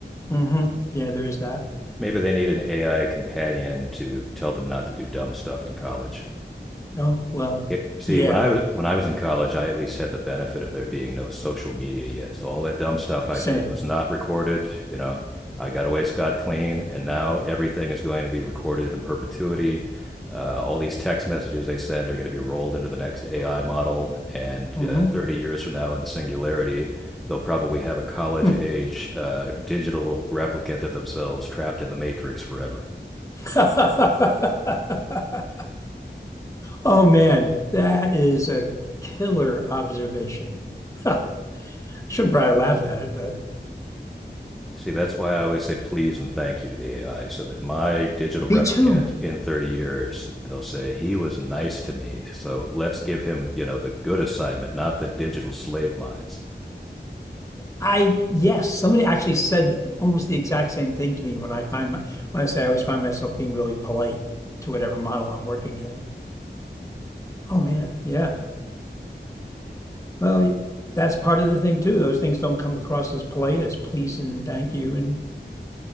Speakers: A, on the left; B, in the centre.
A: hmm Yeah, there is that.
B: Maybe they need an AI companion to tell them not to do dumb stuff in college.
A: Oh, well,
B: See, see,
A: yeah,
B: when I was when I was in college, I at least had the benefit of there being no social media yet. So all that dumb stuff
A: same.
B: I did was not recorded. You know, I got away scot clean, and now everything is going to be recorded in perpetuity. Uh, all these text messages they send are going to be rolled into the next AI model, and
A: Mm-hmm.
B: uh, 30 years from now, in the singularity, they'll probably have a college
A: hmm
B: age uh, digital replicant of themselves trapped in the matrix forever.
A: <laughs> Oh man, that is a killer observation. <laughs> Shouldn't probably laugh at it, but
B: See, that's why I always say please and thank you to the AI, so that my digital replicant
A: Me too.
B: in 30 years, they'll say, he was nice to me. So let's give him, you know, the good assignment, not the digital slave mines.
A: I, yes, somebody actually said almost the exact same thing to me when I find my, when I say I always find myself being really polite to whatever model I'm working in. Oh man, yeah. Well, that's part of the thing too. Those things don't come across as polite as please and thank you. And